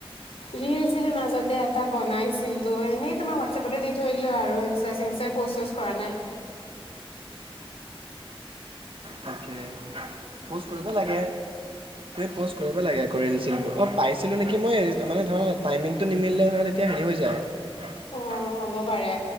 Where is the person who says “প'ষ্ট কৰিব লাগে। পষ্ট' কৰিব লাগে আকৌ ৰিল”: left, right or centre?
Right